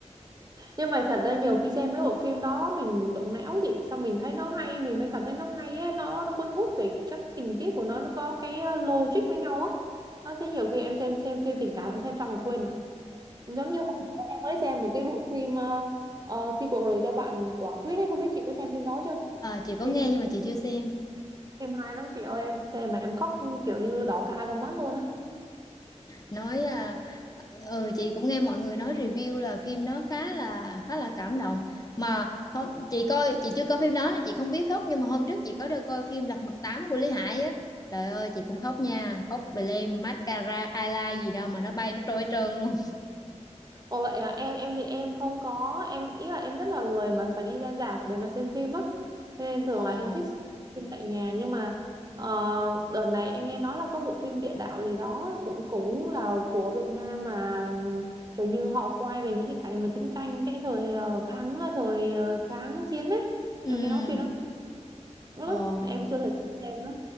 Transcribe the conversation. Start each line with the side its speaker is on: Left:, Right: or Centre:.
Right: nhưng mà thật ra nhiều khi xem mấy bộ phim đó mình động não chị xong mình thấy nó hay mình mới cảm thấy nó hay á nó nó cuốn hút về các tình tiết của nó nó có cái ờ, logic với nhau á đó, thế nhiều khi em xem xem phim tình cảm xem xong rồi quên à giống như hôm bữa em mới xem một cái bộ phim ờ, ờ, khi cuộc đời cho bạn quả quýt ấy không biết chị có xem phim đó chưa
Left: À, chị có
Right: phim
Left: nghe nhưng mà chị chưa xem.
Right: phim hay lắm chị ơi em xem mà em khóc kiểu như đỏ cả hai con mắt luôn á
Left: nói à, ừ chị cũng nghe mọi người nói review là phim đó khá là khá là cảm động mà hôm, chị coi chị chưa coi phim đó nên chị không biết khóc nhưng mà hôm trước chị có đi coi phim Lật Mặt Tám của Lý Hải á trời ơi chị cũng khóc nha khóc bì lem mascara eyeliner gì đâu mà nó bay nó trôi hết trơn luôn
Right: Ồ vậy à, em em thì em không có em ý là em rất là lười mà phải đi ra rạp để mà xem phim á Cho nên thường
Left: ồ
Right: là em thích xem phim tại nhà nhưng mà ờ, đợt này em nghe nói là có bộ phim địa đạo gì đó cũng cũng là của Việt Nam mà kiểu như họ quay về những cái cảnh mà chiến tranh cái thời ờ, kháng thời ờ, kháng chiến ấy
Left: ừ
Right: em nghe nói phim nó cũng lắm
Left: ồ
Right: mà em cũng chưa thể xem nữa